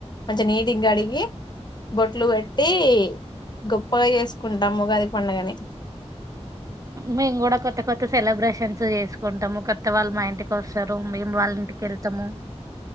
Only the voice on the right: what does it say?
మేము కూడా కొత్త కొత్త సెలబ్రేషన్ చేసుకుంటాము కొత్త వాళ్ళు మా ఇంటికి వస్తారు మేము వాళ్ళ ఇంటికి వెళ్తాము